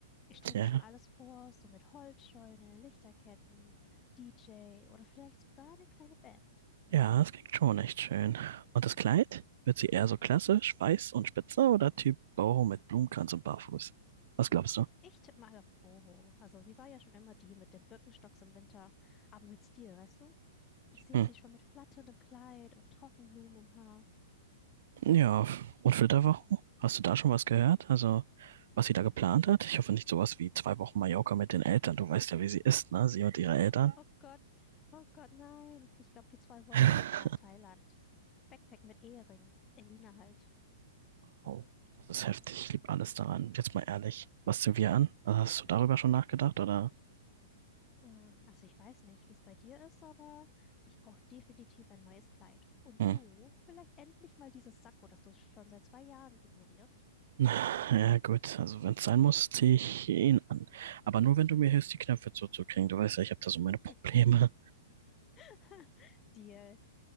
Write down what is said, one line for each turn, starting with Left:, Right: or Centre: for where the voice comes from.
Left: Ich stelle
Right: ja.
Left: mir schon alles vor, so mit Holzscheune, Lichterketten, DJ oder vielleicht sogar eine kleine Band.
Right: Ja, das klingt schon echt schön. Und das Kleid? Wird sie eher so klassisch, weiß und spitze oder Typ Boho mit Blumenkranz und Barfuß? Was glaubst du?
Left: Ich tippe mal auf Boho. Also sie war ja schon immer die mit dem Birkenstocks im Winter, aber mit Stil, weißt du? Ich sehe
Right: Hm.
Left: sie schon mit flatterndem Kleid und Trockenblumen im Haar.
Right: Ja, und Flitterwochen? Hast du da schon was gehört? Also, was sie da geplant hat? Ich hoffe nicht sowas wie zwei Wochen Mallorca mit den Eltern. Du weißt ja, wie sie ist, ne? Sie und ihre Eltern.
Left: Oh Gott, oh Gott, nein. Ich glaube, die zwei wollen
Right: <laughs>
Left: direkt nach Thailand. Backpack mit Ehering. Elina halt.
Right: Wow, das ist heftig. Ich liebe alles daran. Jetzt mal ehrlich, was sind wir an? Hast du darüber schon nachgedacht oder?
Left: Mm, Also ich weiß nicht, wie es bei dir ist, aber ich brauche definitiv ein neues Kleid. Und
Right: Hm.
Left: du, vielleicht endlich mal dieses Sakko, das du schon seit zwei Jahren ignorierst.
Right: Ja, gut, also wenn es sein muss, ziehe ich ihn an. Aber nur, wenn du mir hilfst, die Knöpfe zuzukriegen. Du weißt ja, ich habe da so meine Probleme.
Left: Hm. <laughs> Deal.